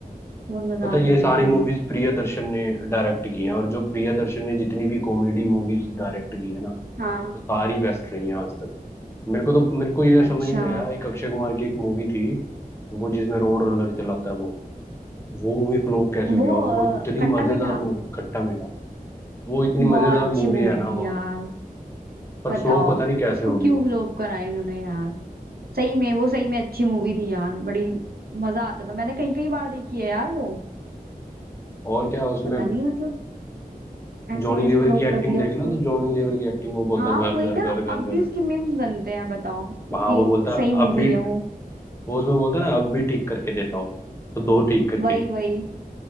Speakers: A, on the right; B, on the left.
A: बहुत मजा
B: पता
A: आता
B: है, ये
A: है
B: सारी
A: देखने
B: मूवीज
A: में
B: प्रियदर्शन ने डायरेक्ट की हैं और जो प्रियदर्शन ने जितनी भी कॉमेडी मूवीज डायरेक्ट की है ना
A: हाँ
B: वो सारी बेस्ट रही हैं आज तक मेरे को तो मेरे को ये समझ
A: अच्छा
B: नहीं आया एक अक्षय कुमार की एक मूवी थी वो जिसमें रोड रोलर चलाता है वो वो मूवी फ्लॉप कैसे हुई
A: वो
B: और वो
A: अ,
B: इतनी
A: खट्टा
B: मजेदार
A: मीठा
B: मूवी खट्टा मीठा वो इतनी मजेदार
A: बहुत अच्छी
B: मूवी
A: मूवी
B: है ना
A: थी
B: वो
A: यार
B: पर
A: बताओ
B: फ्लॉप पता नहीं कैसे
A: उसको
B: होगी
A: क्यों
B: वो
A: फ्लॉप करा इन्होंने यार सही में वो सही में अच्छी मूवी थी यार बड़ी मजा आता था मैंने कई कई बार देखी है यार वो
B: और क्या उसमें
A: पता नहीं मतलब ऐसे
B: जॉनी
A: कैसे
B: लीवर
A: फ्लॉप
B: की एक्टिंग
A: कर दिया
B: देखना
A: उसको
B: तो जॉनी लीवर की एक्टिंग वो बोलता
A: हाँ
B: घर
A: वही
B: घर
A: ना
B: घर घर
A: अब
B: घर
A: भी
B: घर
A: उसकी मीम्स बनते हैं बताओ इतनी
B: हाँ वो बोलता अब
A: सही मूवी
B: भी
A: है वो
B: वो उसमें बोलता है ना अब भी ठीक करके देता हूँ तो दो ठीक करके
A: वही वही